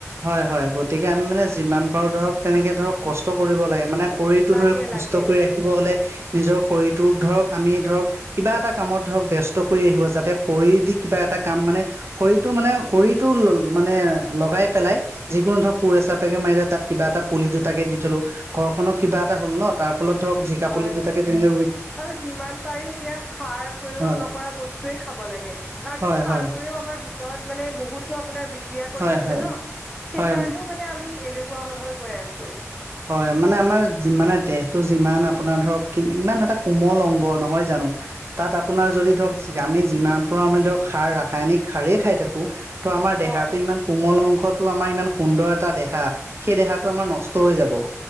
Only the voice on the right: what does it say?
হয়। হয়। গতিকে আমি মানে যিমান পাৰোঁ ধৰক তেনেকৈ ধৰক কষ্ট কৰিব লাগে, মানে শৰীৰটো
ধৰি সুস্থ
কৰি ৰাখিব হ'লে নিজৰ শৰীৰটো ধৰক আমি ধৰক কিবা এটা কামত ধৰক ব্যস্ত কৰি আহিব যাতে শৰীৰ দি কিবা এটা কাম মানে শৰীৰটো মানে শৰীৰটো ল মানে লগাই পেলাই যিকোনো ধৰক কোৰ এচাপেকে মাৰিলে তাত কিবা এটা পুলি দুটাকে দি থলো। ঘৰখনত কিবা এটা হ'ল ন তাৰ ফলত ধৰক জিকা
পুলি দুটাকে তেৰিঅক
হয়
হয়
হয়
হয়
হয়
হয়
হয় মানে আমাৰ মানে দেহটো যিমান আপোনাৰ ধৰক ইমান এটা কোমল অংগ নহয় জানো? তাত আপোনাৰ যদি ধৰক আমি যিমান পাৰো আমি ধৰক সাৰ ৰাসায়নিক সাৰেই খাই থাকো ত' আমাৰ দেহাটো
ইমান কোমল অংশতটো আমাৰ ইমান সুন্দৰ এটা দেহা সেই দেহাটো আমাৰ নষ্ট হৈ যাব। অ